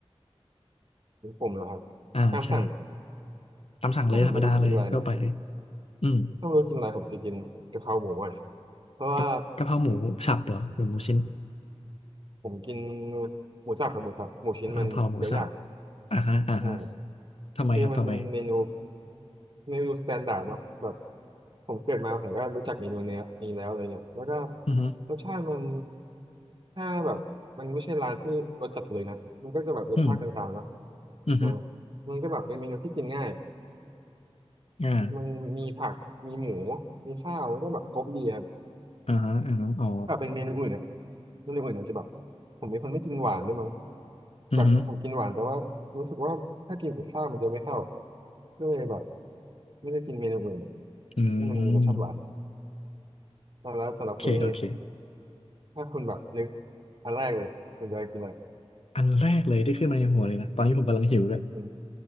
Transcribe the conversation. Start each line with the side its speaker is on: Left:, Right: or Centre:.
Right: ผมผมเหรอครับ
Left: อ่าใช่
Right: ตามสั่ง
Left: ตามสั่งเลยธรรมดาเลยทั่วไปเลย
Right: ถ้าผมไม่รู้จะกินอะไรเนาะ
Left: อืม
Right: ถ้าไม่รู้กินอะไรผมจะกินกะเพราหมูเลยเพราะว่า
Left: กะกะเพราหมูสับเหรอหรือหมูชิ้น
Right: ผมกินหมูสับครับหมูสับหมูชิ้นมันเคี้ยวยาก
Left: อ่ากะเพราหมูสับอ่าฮะอ่าฮะ
Right: อ่า
Left: ทำไมครับทำไม
Right: ที่มันเป็นเมนูเมนูสแตนดาร์ดเนาะแบบผมเกิดมาผมก็รู้จักเมนูเนี้ยนี้แล้วอะไรเงี้ยแล้วก็
Left: อือฮึ
Right: รสชาติมันถ้าแบบมันไม่ใช่ร้านที่รสจัดเลยนะมันก็จะแบบรสชาติกลางๆเนาะ
Left: อืมอือฮึ
Right: อ่ามันก็แบบเป็นเมนูที่กินง่าย
Left: อ่า
Right: มันมีผักมีหมูมีข้าวมันก็แบบครบดีครับ
Left: อ่าฮะอ่าฮะอ๋อ
Right: แบบเป็นเมนูอื่นเนี่ยเมนูอื่นอาจจะแบบผมเป็นคนไม่กินหวานด้วยมั้ง
Left: อือฮึ
Right: แบบผมกินหวานแต่ว่ารู้สึกว่าถ้ากินกับข้าวมันจะไม่เข้าก็เลยแบบไม่ได้กินเมนูอื่น
Left: อืม
Right: ที่มันมีรสชาติหวานแล้วสำหรับคุณนี่
Left: โอเคโอเค
Right: ถ้าคุณแบบนึกอันแรกเลยคุณจะกินอะไร
Left: อันแรกเลยที่ขึ้นมาในหัวเลยนะตอนนี้ผมกำลังหิวด้วย
Right: อืม